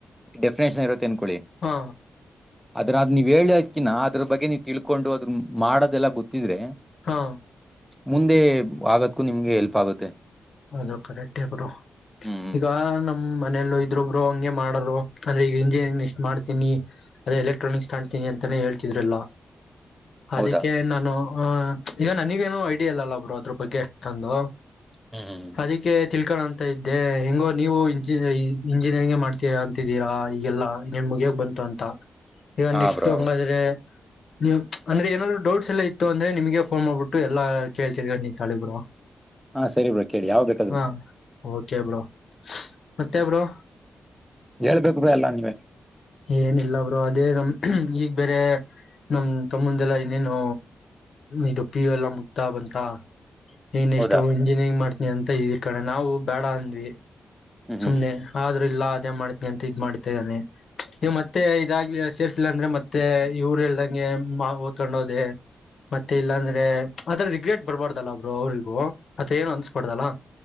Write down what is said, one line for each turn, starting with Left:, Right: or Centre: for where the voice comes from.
Centre: ಡೆಫಿನೇಷನ್ ಇರುತ್ತೆ ಅನ್ಕೋಳಿ.
Left: ಹಾ
Centre: ಅದ್ರಾದ್ ನೀವ್ ಹೇಳ್ ಯಾಕಿನ ಅದ್ರ ಬಗ್ಗೆ ನೀವ್ ತಿಳ್ಕೊಂಡು ಅದ್ ಮಾಡದೆಲ್ಲ ಗೊತ್ತಿದ್ರೆ.
Left: ಹಾ
Centre: ಮುಂದೆ ಆಗದ್ಕು ನಿಮ್ಗೆ ಹೆಲ್ಪ್ ಆಗುತ್ತೆ.
Left: ಅದು ಕರೆಕ್ಟೆ ಬ್ರೊ.
Centre: ಹ್ಮ್ ಹ್ಮ್
Left: ಈಗ ನಮ್ ಮನೇಲೂ ಇದ್ರು ಬ್ರೊ ಹಂಗೆ ಮಾಡುದ್ರು ಅಂದ್ರೆ ಈಗ ಇಂಜಿನಿಂಗ್ ಇಷ್ಟ್ ಮಾಡ್ತೀನಿ. ಅದೆ ಎಲೆಕ್ಟ್ರಾನಿಕ್ಸ್ ತಾಣ್ತೀನಿ ಅಂತಾನೆ ಹೇಳ್ತಿದ್ರು ಎಲ್ಲ. ಅದಿಕ್ಕೆ
Centre: ಹೌದಾ
Left: ನಾನು ಆ ಈಗ ನನಗೇನು ಐಡಿಯಾ ಇಲ್ಲಲ್ಲ ಬ್ರೊ ಅದ್ರು ಬಗ್ಗೆಷ್ಟಂದು.
Centre: ಹ್ಮ್ ಹ್ಮ್.
Left: ಅದಕ್ಕೆ ತಿಳ್ಕೋ ಅಂತ ಇದ್ದೆ ಹಿಂಗೋ ನೀವು ಇಂಜಿ ಇಂಜಿನಿಯರಿಂಗ್ ಮಾಡ್ತೀ ತಿದ್ದೀರಾ ಈಗೆಲ್ಲಾ ಇನ್ನೇನ್ ಮುಗಿಯಾಕ್ ಬಂತು ಅಂತ ಈಗ
Centre: ಹಾ
Left: ನೆಕ್ಸ್ಟ್
Centre: ಬ್ರೋ
Left: ಹಂಗಾದ್ರೆ. ನೀವ್ ಅಂದ್ರೆ ಏನಾದ್ರು ಡೌಟ್ಸ್ ಎಲ್ಲ ಇತ್ತು ಅಂದ್ರೆ ನಿಮ್ಗೆ ಫೋನ್ ಮಾಡ್ಬಿಟ್ಟು ಎಲ್ಲ ಕೇಳ್ತಿದರ್ ನೀ ತಾಳಿ ಬ್ರೊ.
Centre: ಹಾ ಸರಿ ಬ್ರ ಕೇಳಿ ಯಾವ್ ಬೇಕ್
Left: ಹಾ ಓಕೆ ಬ್ರೋ ಮತ್ತೆ ಬ್ರೋ.
Centre: ಹೇಳ್ಬೇಕು ಬ್ರೊ ಎಲ್ಲ ನೀವೇ.
Left: ಏನಿಲ್ಲ ಬ್ರೋ ಅದೇ ನಮ್ ಈಗ್ ಬೇರೆ. ನಮ್ಮ್ ತಮ್ಮಂದೆಲ್ಲಾ ಇನ್ನೇನು ಇದು ಪಿ ಯು ಎಲ್ಲ ಮುಗ್ತಾ ಬಂತ. ಇನ್ ಎಷ್ಟು
Centre: ಹೌದಾ
Left: ಇಂಜಿನಿಯರಿಂಗ್ ಮಾಡ್ತನಿ ಅಂತ ಇಕಡೆ ನಾವು ಬೇಡ ಅಂದ್ವಿ.
Centre: ಹ್ಮ್
Left: ಸುಮ್ನೆ
Centre: ಹ್ಮ್
Left: ಆದ್ರೂ ಇಲ್ಲ ಅದೇ ಮಾಡ್ತನಿ ಅಂತ ಇದ್ ಮಾಡ್ತಾ ಇದಾನೆ. ನೀವ್ ಮತ್ತೆ ಇದಾಗ್ಲಿ ಸೇರ್ಸಿಲ್ಲ ಅಂದ್ರೆ ಮತ್ತೆ ಇವ್ರ ಹೇಳ್ದಂಗೆ ಮಾ ಓತ್ಕೊಂಡೋದೆ. ಮತ್ತೆ ಇಲ್ಲಾಂದ್ರೆ ಆತರ ರಿಗ್ರೆಟ್ ಬರ್ಬಾರ್ದಲ್ಲ ಬ್ರೊ ಅವ್ರರಿಗೂ ಆತರ ಏನು ಅನ್ಸ್ಬಾರ್ದಲ್ಲ.